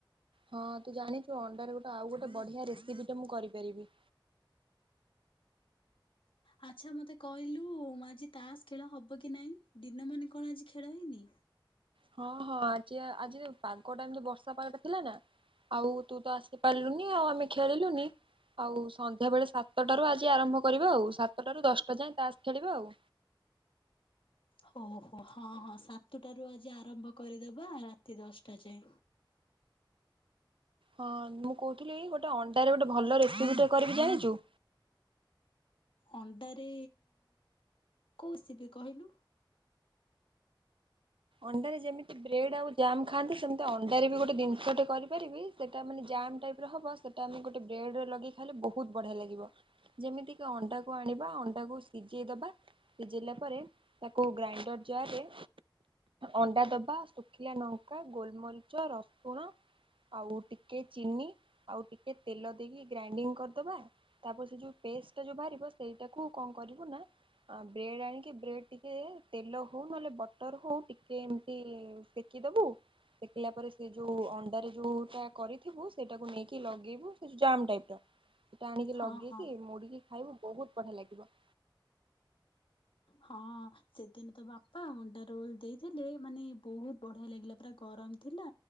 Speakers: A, on the right; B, on the left.
A: ହଁ ତୁ ଜାଣିଚୁ ଅଣ୍ଡାରେ ଗୋଟେ ଆଉ ଗୋଟେ ବଢିଆ ରେସିପିଟ ମୁଁ କରିପାରିବି।
B: ଆଚ୍ଛା ମତେ କହିଲୁ ଆଜି ତାସ୍ ଖେଳ ହବ କି ନାହିଁ? ଦିନ ମାନେ କଣ ଆଜି ଖେଳ ହେଇନି?
A: ହଁ ହଁ ଆଜି ଆ ଆଜି ପାଗଟା ଏମିତି ବର୍ଷା ପାଗଟା ଥିଲା ନା ଆଉ ତୁ ତ ଆସି ପାରିଲୁନି ଆଉ ଆମେ ଖେଳିଲୁନି ଆଉ ସନ୍ଧ୍ୟାବେଳେ ସାତଟାରୁ ଆଜି ଆରମ୍ଭ କରିବା ଆଉ ସାତଟାରୁ ଦଶଟା ଯାଏ ତାସ ଖେଳିବା ଆଉ।
B: ହୋ ହୋ। ହଁ ହଁ, ସାତଟାରୁ ଆଜି ଆରମ୍ଭ କରିଦବା ରାତି ଦଶଟା ଯାଏ।
A: ହଁ ମୁଁ କହୁଥିଲି ଗୋଟେ ଅଣ୍ଡାରେ ଗୋଟେ ଭଲ ରେସିପି ଟେ କରିବି ଜାଣିଛୁ।
B: ଅଣ୍ଡାରେ କଉ ରେସିପି କହିଲୁ।
A: ଅଣ୍ଡରେ ଯେମିତି ବ୍ରେଡ ଆଉ ଜାମ୍ ଖାଆନ୍ତି। ସେମିତି ଅଣ୍ଡାରେ ବି ଗୋଟେ ଜିନିଷ ଟେ କରିପାରିବି। ସେଟା ମାନେ ଜାମ୍ ଟାଇପ ର ହବ। ସେ ସେଟା ଆମେ ଗୋଟେ ବ୍ରେଡରେ ଲଗେଇ ଖାଇଲେ ବହୁତ ବଢିଆ ଲାଗିବ। ଯେମିତିକି ଅଣ୍ଡାକୁ ଆଣିବା ଅଣ୍ଡାକୁ ସିଜେଇଦବା ସିଜେଇଲା ପରେ ତାକୁ ଗ୍ରାଇଣ୍ଡର ଜାଆରେ ଅଣ୍ଡା ଦବା ଶୁଖିଲା ଲଙ୍କା ଗୋଲମରିଚ, ରସୁଣ ଆଉ ଟିକେ ଚିନି ଆଉ ଟିକିଏ ତେଲ ଦେଇକି ଗ୍ରାଇଣ୍ଡିଙ୍ଗ କରିଦେବା ତାପରେ ସେ ଯୋଉ ପେଷ୍ଟ ଟା ଯୋଉ ବାହାରିବ ସେଇଟାକୁ କଣ କରିବୁ ନା ଆ ବ୍ରେଡ ଆଣିକି ବ୍ରେଡ ଟିକେ ତେଲ ହଉ। ନହେଲେ ବ ଟର ହଉ, ଟିକେ ଏମିତି ସେକିଦବୁ ସେକିଲା ପରେ ସେ ଯୋଉ ଅଣ୍ଡାରେ ଯୋଉଟା କରିଥିବୁ। ସେଇଟାକୁ ନେଇକି ଲଗେଇବୁ ସେ ଯୋ ଜାମ୍ ଟାଇପ୍ ର ସେଟା ଆଣିକି
B: ହଁ
A: ଲଗେଇକି
B: ହଁ
A: ମୁଡିକି ଖାଇବୁ ବହୁତ ବଢିଆ ଲାଗିବ।
B: ହଁ। ସେଦିନ ତ ବାପା ଅଣ୍ଡା ରୋଲ ଦେଇଥିଲେ ମାନେ ବହୁତ ବଢିଆ ଲାଗିଲା ପୁରା ଗରମ ଥିଲା